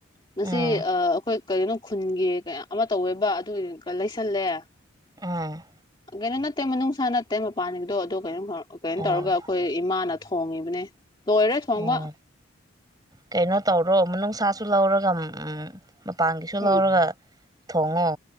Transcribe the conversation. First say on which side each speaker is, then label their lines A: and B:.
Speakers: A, on the left; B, on the right.
A: ꯉꯁꯤ
B: ꯎꯝ
A: ꯑꯥ ꯑꯩꯈꯣꯏ ꯀꯩꯅꯣ ꯈꯨꯟꯒꯤ ꯀꯌꯥ ꯑꯃ ꯇꯧꯋꯦꯕ ꯑꯗꯨꯒꯤ ꯂꯩꯁꯜꯂꯦ
B: ꯎꯝ
A: ꯀꯩꯅꯣ ꯅꯠꯇꯦ ꯃꯅꯨꯡꯁꯥ ꯅꯠꯇꯦ ꯃꯄꯥꯟꯒꯤꯗꯣ ꯑꯗꯣ ꯀꯩꯅꯣꯝ ꯈ ꯀꯩꯅꯣ
B: ꯑꯣ
A: ꯇꯧꯔꯒ ꯑꯩꯈꯣꯏ ꯏꯃꯥꯅ ꯊꯣꯡꯉꯤꯕꯅꯦ ꯂꯣꯏꯔꯦ ꯊꯣꯡꯕ
B: ꯑꯣ ꯀꯩꯅꯣ ꯇꯧꯔꯣ ꯃꯅꯨꯡꯁꯥꯁꯨ ꯁꯨ ꯂꯧꯔꯒ ꯎꯝ ꯃꯄꯥꯟꯒꯤꯁꯨ
A: ꯎꯝ
B: ꯂꯧꯔꯒ ꯊꯣꯡꯉꯣ